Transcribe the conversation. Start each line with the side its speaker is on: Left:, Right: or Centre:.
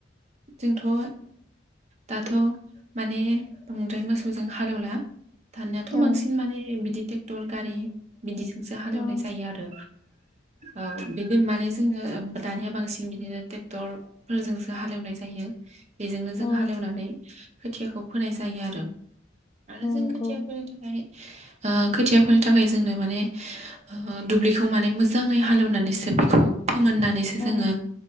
Right: जोंथ' ओ दाथ' माने बांद्राय मोसौजों हालौला। दानियानाथ'
Left: औ
Right: बांसिन माने बिदि ट्रेक्टर गारि बिदि जों हालौवनाय
Left: औ
Right: जायो आरो औ बिदि माने जोङो दानिया बांसिन बिदिनो ट्रेक्टर फोरजोंसो हाल एवनाय जायो। बिजोंनो जों
Left: औ
Right: हाल एवनानै खोथियाखौ फोनाय जायो आरो। आरो जों
Left: औ नंगौ
Right: खोथियाफोरनि थाखाय ओ खोथियाफोरनि थाखाय जोंनो माने ओ दुब्लिखौ माने मोजाङै हालेवनानैसो बेखौ फोमोननानैसो जोङो
Left: औ